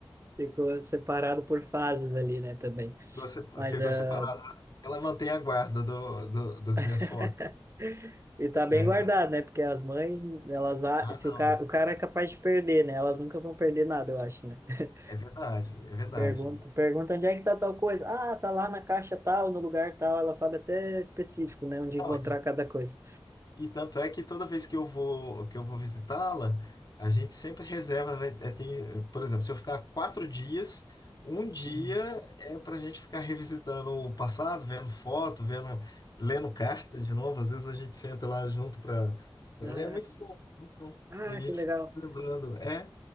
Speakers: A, on the right (about 30°); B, on the left (about 45°).
A: Ficou separado por fases ali, né, também.
B: Ficou sepa-
A: Mas
B: ficou
A: uh,
B: separado. Ela mantém a guarda do, do- das minhas
A: <laughs>
B: fotos.
A: e tá bem
B: É,
A: guardado, né? Porque as mães, elas a-
B: ah,
A: se
B: não.
A: o cara, o cara é capaz de perder, né? Elas nunca vão perder nada, eu acho, né? <laughs>
B: É verdade, é verdade.
A: Pergunta, pergunta onde é que tá tal coisa. Ah, tá lá na caixa tal, no lugar tal. Ela sabe até específico, né, onde
B: Não,
A: encontrar
B: e,
A: cada coisa.
B: e tanto é que toda vez que eu vou que eu vou visitá-la, a gente sempre reserva. vai- é, tem, por exemplo, se eu ficar quatro dias, um dia
A: Uhum.
B: é para a gente ficar revisitando o passado, vendo foto, vendo, lendo carta de novo. Às vezes a gente senta lá junto para ler.
A: Ah,
B: É muito
A: sim.
B: bom, muito bom.
A: Ah,
B: E a gente
A: que legal.
B: fica lembrando, é,